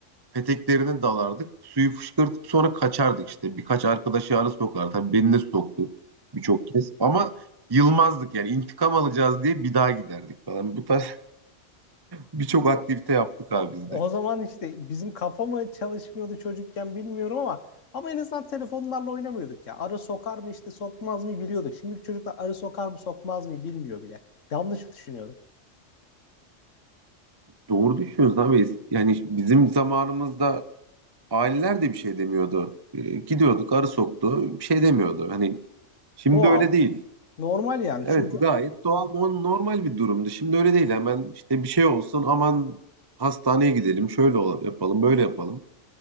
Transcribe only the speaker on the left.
Abi,
O
zaman işte bizim kafa mı çalışmıyordu çocukken bilmiyorum ama ama en azından telefonlarla oynamıyorduk ya. Arı sokar mı işte sokmaz mı biliyorduk. Şimdiki çocuklar arı sokar mı sokmaz mı bilmiyor bile. Yanlış düşünüyorum.
Doğal,
normal yani.
Çünkü